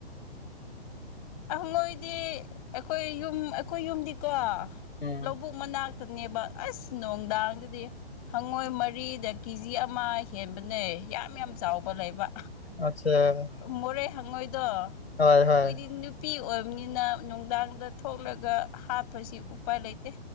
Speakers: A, on the left; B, on the left.
A: ꯎꯝ ꯃꯣꯏꯗꯤ ꯑꯩꯈꯣꯏ ꯌꯨꯝ ꯑꯩꯈꯣꯏ ꯌꯨꯝꯗꯤꯀꯣ
B: ꯎꯝ
A: ꯂꯧꯕꯨꯛ ꯃꯅꯥꯛ ꯈꯥꯛꯅꯦꯕ ꯑꯁ ꯅꯨꯡꯗꯥꯡꯗꯗꯤ ꯍꯪꯉꯣꯏ ꯃꯔꯤꯗ ꯀꯦꯖꯤ ꯑꯃ ꯍꯦꯟꯕ ꯌꯥꯝ ꯌꯥꯝ ꯆꯥꯎꯕ ꯂꯩꯕ
B: ꯑꯆꯥ
A: ꯃꯔꯦ ꯍꯪꯉꯣꯏ ꯑꯗꯣ ꯑꯩꯈꯣꯏꯗꯤ
B: ꯍꯣꯏ ꯍꯣꯏ
A: ꯅꯨꯄꯤ ꯑꯣꯏꯕ ꯅꯤꯅ ꯅꯨꯡꯗꯥꯡꯗ ꯊꯣꯛꯂꯒ ꯍꯥꯞꯄꯁꯤ ꯎꯄꯥꯏ ꯂꯩꯇꯦ